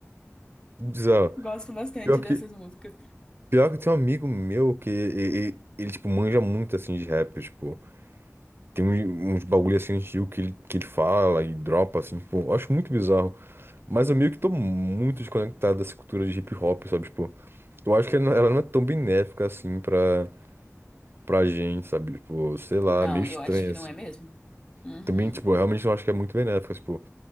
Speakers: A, on the right (about 50°); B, on the left (about 15°).
A: Que Bizarro.
B: Gosto bastante
A: Pior que
B: dessas músicas.
A: Pior que tem um amigo meu que e- e- ele, tipo, manja muito, assim, de rap, tipo... Tem um- uns bagulho, assim, antigo que ele, que ele fala e dropa, assim, tipo... Eu acho muito bizarro. Mas eu meio que tô muito desconectado dessa cultura de hip hop, sabe? Tipo, eu acho que ela não ela não é tão benéfica, assim, pra, pra gente, sabe? Tipo, sei lá,
B: Não,
A: é meio estranha,
B: eu acho que
A: assim.
B: não é mesmo. Uhum.
A: Também, tipo, eu realmente não acho que é muito benéfica, tipo...